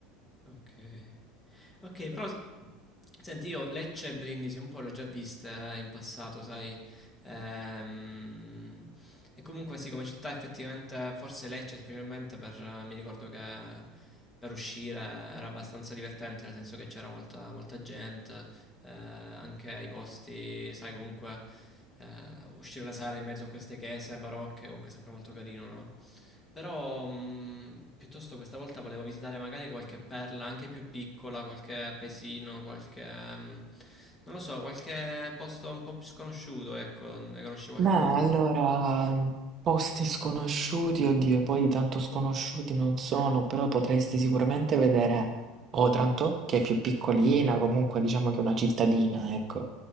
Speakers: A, on the left; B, on the right.
A: Ok. Ok, però senti, io Lecce e Brindisi un po' l'ho già vista eh, in passato, sai. Ehm, e comunque sì, come città effettivamente, forse Lecce specialmente per, mi ricordo che per uscire era abbastanza divertente, nel senso che c'era molta, molta gente, eh, anche i posti, sai, comunque eh, uscire la sera in mezzo a queste chiese barocche, comunque è sempre molto carino, no? Però mh, piuttosto questa volta volevo visitare magari qualche perla anche più piccola, qualche paesino, qualche... mh, non lo so, qualche posto un po' più sconosciuto, ecco, ne conosci qualcuno?
B: Ma allora, mhmm, posti sconosciuti, oddio, poi tanto sconosciuti non sono, però potresti sicuramente vedere Otranto, che è più piccolina,
A: Mhm,
B: comunque diciamo che è una cittadina, ecco.